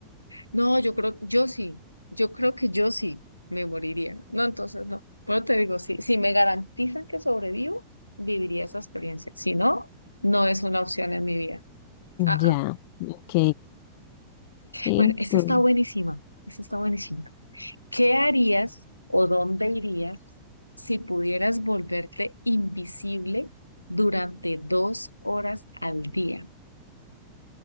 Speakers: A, on the left; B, on the left.
A: No, yo creo, yo sí, yo creo que yo sí me moriría. No, entonces no. Bueno, te digo, si, si me garantizan que sobrevivo, viviría esa experiencia. Si no, no es una opción en mi vida. Ah,
B: Ya,
A: ah.
B: ok. Entonces,
A: Bueno, esta está buenísima. Esta está buenísima. ¿Qué harías o dónde irías si pudieras volverte invisible durante dos horas al día?